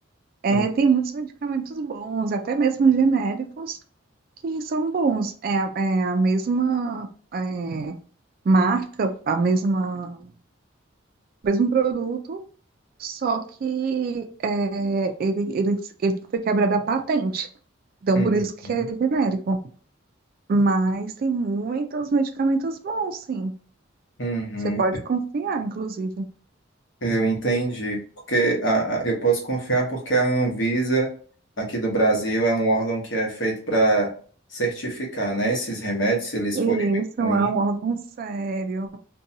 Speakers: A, on the right; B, on the left.
A: É,
B: Hum,
A: tem muitos medicamentos bons, até mesmo genéricos, que são bons. É, a- é a mesma é, marca, a mesma mesmo produto, só que é, ele, ele, ele foi quebrado a patente. Então,
B: uhum,
A: por isso que é genérico. Mas tem muitos medicamentos bons, sim.
B: uhum.
A: Você pode confiar, inclusive.
B: Eu entendi, porque a, a- eu posso confiar porque a Anvisa aqui do Brasil é um órgão que é feito para certificar, né, esses remédios, se eles
A: E
B: forem muito
A: Isso
B: ruins.
A: é um órgão sério,